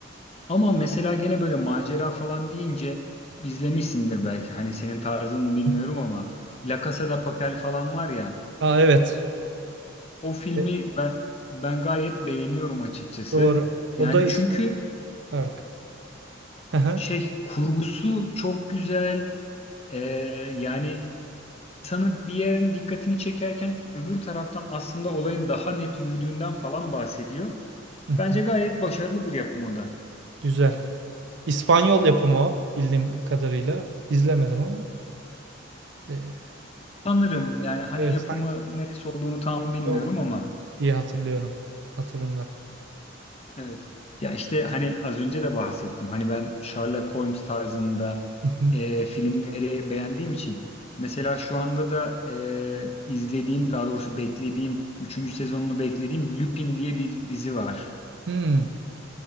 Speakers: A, on the left; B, on the right.
A: ama mesela gene böyle macera falan deyince izlemişsindir belki. Hani senin tarzın mı bilmiyorum
B: Hı hı.
A: ama La Casa de Papel falan var ya.
B: Aa, evet.
A: O filmi
B: E,
A: ben ben gayet beğeniyorum açıkçası.
B: doğru. O
A: Yani
B: da is
A: çünkü
B: Pardon. Hı hı.
A: şey kurgusu çok güzel. E, yani insanı bir yerin dikkatini çekerken öbür taraftan aslında olayın daha net yürüdüğünden falan bahsediyor.
B: Hı hı.
A: Bence gayet başarılı bir yapım o da.
B: Güzel. İspanyol yapımı o bildiğim kadarıyla. İzlemedim ama. Ee,
A: Sanırım yani hani
B: evet
A: yapımı
B: sanki
A: neresi olduğunu tam bilmiyorum
B: o
A: ama
B: diye hatırlıyorum. Hatırımda.
A: evet. Ya işte hani az önce de bahsettim. Hani ben Sherlock Holmes tarzında
B: Hı hı.
A: e, filmleri beğendiğim için mesela şu anda da e, izlediğim daha doğrusu beklediğim üçüncü sezonunu beklediğim Lupin diye bir dizi var.
B: Hmm,